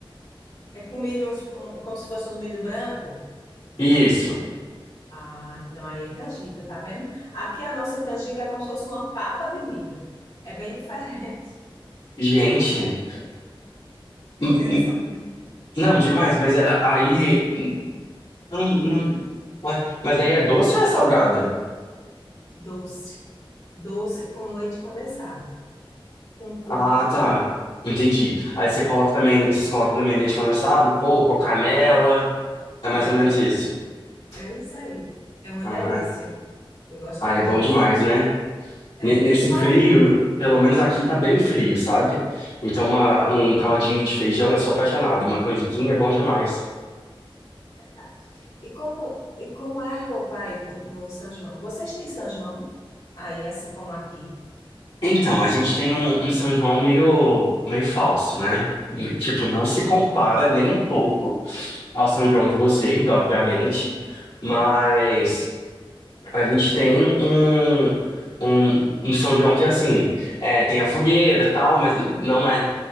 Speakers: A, on the left; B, on the left.
A: É com milho, uns- um- como se fosse uns milho branco?
B: Isso.
A: Ah, então aí é canjica, tá vendo? Aqui a nossa canjica é como se fosse uma papa de milho. É bem diferente. <laughs>
B: Gente.
A: Ah, é é
B: n-
A: interessante,
B: n-
A: né?
B: Não, demais, mas a- aí. eu Não, não, ué, mas aí é doce ou é salgada?
A: Doce. Doce com leite condensado. Com coco.
B: Ah, tá. Entendi. Aí você coloca também. Vocês colocam também leite condensado, coco, canela. É mais
A: É,
B: ou menos isso.
A: é isso aí. É uma
B: Ah,
A: delícia. Eu gosto
B: aí
A: demais.
B: é bom demais, né?
A: É,
B: Ne- Nesse
A: e, qual
B: frio,
A: a-
B: pelo menos aqui tá bem frio, sabe? Então, uma, um caldinho de feijão, eu sou apaixonado. Uma canjiquinha é bom demais.
A: verdade. E como, e como é a roupa aí do, no São João? Vocês têm São João? Aí, assim como aqui.
B: Então, a gente tem um, um São João meio, meio falso, né? E, Tipo, não se compara nem um pouco ao São João de vocês, obviamente, mas a gente tem um, um, um São João que, assim, é, tem a fogueira e tal, mas não é